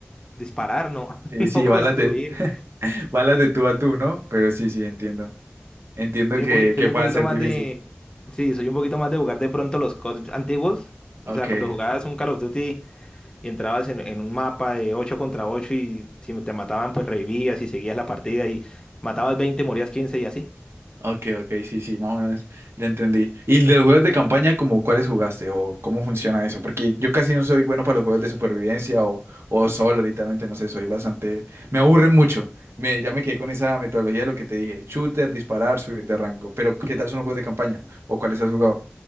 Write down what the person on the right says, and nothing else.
Sí,
sí,
balas de, <laughs> balas de tú a tú, ¿no? Pero sí, sí, entiendo. Entiendo
que,
que
pueda
ser
difícil.
Ok.
Ok, ok, sí, sí, más o menos ya entendí. ¿Y de los juegos de campaña, como cuáles jugaste o cómo funciona eso? Porque yo casi no soy bueno para los juegos de supervivencia o, o solo, literalmente, no sé, soy bastante... Me aburre mucho. Me, ya me quedé con esa metodología de lo que te dije, shooter, disparar, subir de rango. Pero, ¿qué tal son los juegos de campaña? ¿O cuáles has jugado?